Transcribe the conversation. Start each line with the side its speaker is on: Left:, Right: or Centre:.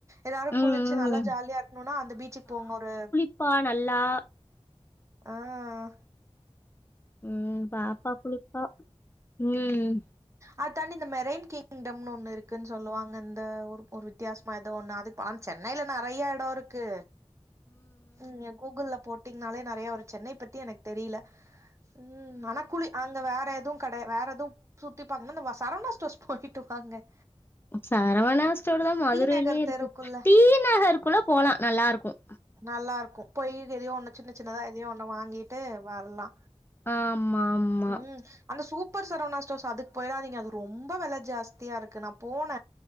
Right: எதாரு
Left: ம்
Right: குளிச்சு நல்லா
Left: ம்
Right: ஜாலியா இருக்கணும்னா அந்த பீச்சுக் போங்க ஒரு
Left: ப்பா நல்லா
Right: உம்
Left: ம் பாப்பா குளிப்பா ம்
Right: அ தாண்டி இந்த மெரேன் கிங்டம்னு ஒண்ணு இருக்குன் சொல்லுவாங இந்த ஒரு ஒரு வித்தியாஸ்மா எதோ ஒண்ணு அதுக்காம்ச்ச னையல நறைய எடோ இருக்கு ம் ய கூகுள்ள போட்டீங்னாலே நறைய ஒரு சென்னை பத்தி எனக்கு தெரியில ம் ஆனா குலி அங்க வேற எதுவு கட வேற எதுவு சுத்திப்பாக்கன்னா வ சரவணா ஸ்டோர்ஸ் போயிட்டு வாாங்க
Left: சரவணா ஸ்டோர் தா மதுரைலயே
Right: நகர்
Left: இருக்கு
Right: தெருக்குள்ள
Left: டி நகருக்குள்ள போலா நல்லா இருக்கும்
Right: நல்லாருக்கு பொய் எதோ ஒண்ணு ஜின்ன ஜின்னதா எதயோ ஒண்ணு வாங்கிட்டு வரலா
Left: ஆமா ஆமா
Right: ம் அந்த சூப்பர் சரவணா ஸ்டோஸ் அதுக்கு போயிடாதீங்க அது ரொம்ப வெல ஜாஸ்தியா இருக்கு நா போன